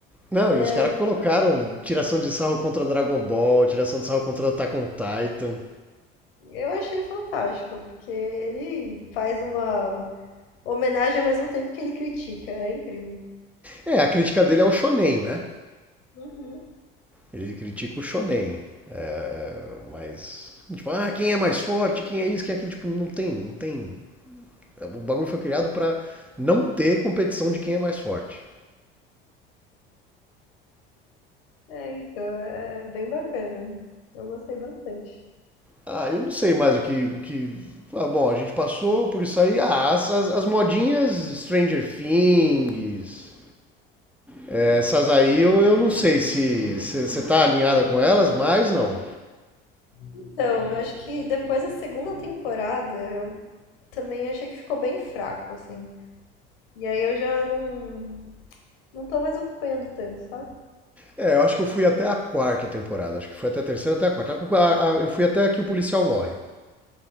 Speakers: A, in the centre; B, on the left.
A: Não,
B: que ele
A: e
B: é-
A: os caras colocaram tiração de sarro contra Dragon Ball, tiração de sarro contra Attack on Titan.
B: eu achei fantástico, porque ele faz uma homenagem ao mesmo tempo que ele critica. É incrível.
A: É, a crítica dele é o shonen, né?
B: Uhum.
A: Ele critica o shonen. É, mas, tipo, ah, quem é mais forte, quem é isso, quem é aquilo. Tipo, não tem, não tem. O bagulho foi criado pra não ter competição de quem é mais forte.
B: É, então, é é bem bacana. Eu gostei bastante.
A: Ah, eu não sei mais o que... O que... Ah, bom, a gente passou por isso aí. Ah, as, as, as modinhas Stranger Things... Essas aí eu, eu não sei se você tá alinhada com elas, mas não.
B: Então, eu acho que depois da segunda temporada, eu também achei que ficou bem fraco, assim. E aí eu já não, não tô mais acompanhando tanto, sabe?
A: É, eu acho que eu fui até a quarta temporada. Acho que foi até a terceira, até a quarta. A- a- Eu fui até que o policial morre.